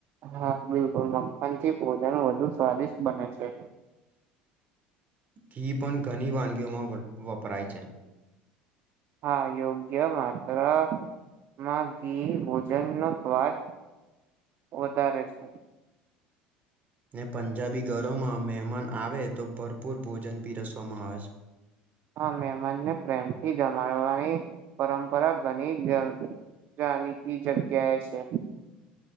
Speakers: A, on the right; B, on the right.
A: હા બિલકુલ મક્ખન થી ભોજન વધુ સ્વાદિષ્ટ બને છે
B: ઘી પણ ઘની વાનગીઓમાં વપરાય છે
A: હા યોગ્ય માત્ર માં ઘી ભોજન નો સ્વાદ વધારે છે
B: ને પંજાબી ઘરોમાં મહેમાન આવે તો ભરપૂર ભોજન પીરસવામાં આવે છે
A: હા મેમાનને પ્રેમથી જમાડવાની પરંપરા ઘની <unintelligible> જાણીતી જગ્યાએ છે